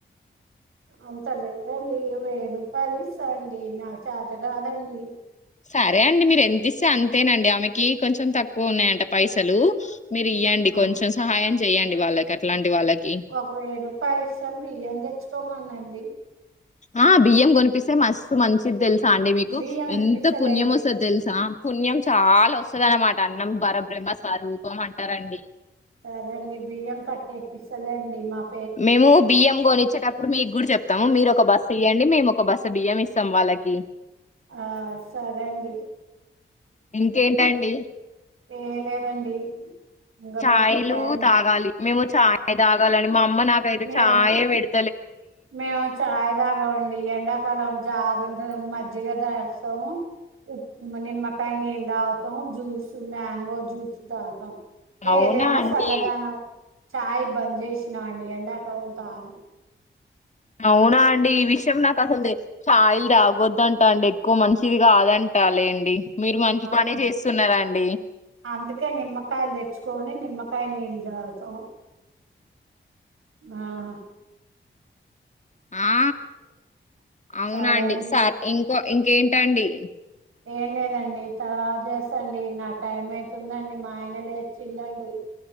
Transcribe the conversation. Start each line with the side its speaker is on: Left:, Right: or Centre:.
Right: అంతలేదండీ వెయ్యి రూ ఫలిస్తాండి నాకు చేత కాదండి
Left: సరే అండి మీరు ఎంత ఇస్తే అంతేనండి ఆమెకి కొంచెం తక్కువ ఉన్నాయంట పైసలు మీరు ఇయ్యండి
Right: ఆ,
Left: కొంచెం సహాయం చేయండి వాళ్ళకి అట్లాంటి వాళ్ళకి
Right: ఒక వెయ్యి రూపాయలు ఇస్తాను బియ్యం తెచ్చుకోమందండి
Left: ఆ బియ్యం కొనిపిస్తే మస్సు మంచిది తెల్ సాండి మీకు
Right: బియ్యం ఇప్పిస్తలేండి
Left: ఎంత పుణ్యం వస్తుందో తెలుసా పుణ్యం చాలా వస్తు వస్తదన్నమాట అన్నం పరబ్రహ్మ స్వరూపం అంటారండి
Right: సరే అండి బియ్యం కట్టేపిస్తలేండి మాక్
Left: మేము బియ్యం గొనిచ్ టప్పుడు మీకు కూడా చెప్తాము మీరు ఒక బస్సు ఇయ్యండి మేము ఒక బస్స బియ్యం ఇస్తాం వాళ్ళకి
Right: ఆ సరే అండీ
Left: ఇంకేంటండి
Right: ఏం లేదండి ఇంకా
Left: చాయ్లు
Right: మాకు టైం
Left: తాగాలి మేము చాయ్ తాగాలని మా అమ్మ నాకైతే
Right: మేము
Left: చాయే పెడ్
Right: మేము చాయ్ దాగమండి ఎండాకాలం జాగుటనం మజిగ దాగస్తం ఉ మ నిమకాయ నీళ్ళు తాగుతాం జ్యూస్ మ్యాంగో జ్యూస్ తాగుతాం
Left: అవునా
Right: ఏదేనా
Left: అండి
Right: సలదనం చాయ్ బంద్ చేసినా అండి ఎండాకాలం తాను
Left: అవునా అండి ఈ విషయం నాకు అసలు తె ఛాయిలు తాగొద్దంటా అండి ఎక్కువ మంచిది కాదం ట లేండి మీరు మంచి
Right: అవును
Left: పనే చేస్తున్నారా అండి
Right: అందుకే నిమ్మకాయలు తెచ్చుకొని నిమ్మకాయ నీళ్ళు తాగుతాం ఆహ
Left: ఆ అవునండి
Right: సరే అండి
Left: సార్ ఇంక ఇంకేంటండి <inaudible>
Right: ఏం లేదండి తవా చేస్తాండి నా టైం అయితుందండి మా ఆయన లేచిండండి